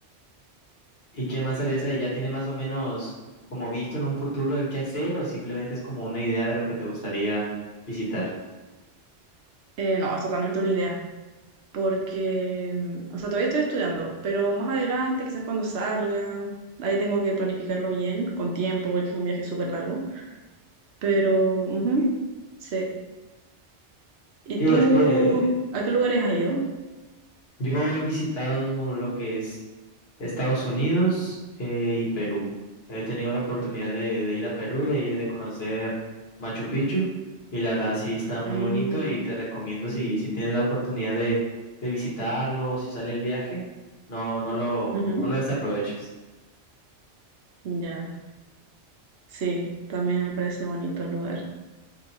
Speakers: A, on the left; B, on the right.
A: ¿Y qué más harías ahí? ¿Ya tiene más o menos como visto en un futuro el qué hacer o simplemente es como una idea de lo que te gustaría visitar?
B: Eh, no, es totalmente una idea. porque, mm, o sea, todavía estoy estudiando, pero más adelante, quizás cuando salga, ahí tengo que planificarlo bien, con tiempo, porque es un viaje súper largo, pero, ujú, sí. ¿Y
A: Sí,
B: tú,
A: es que
B: a qué lugares has ido?
A: Yo he visitado lo que es Estados Unidos eh, y Perú. He tenido la oportunidad de, de ir a Perú, de ir de conocer Machu Picchu y la verdad sí está muy
B: Mm,
A: bonito y te recomiendo si, si tienes la oportunidad de, de visitarlo, si sale el viaje, no, no lo,
B: ujú,
A: no lo desaproveches.
B: Ya, sí, también me parece bonito el lugar.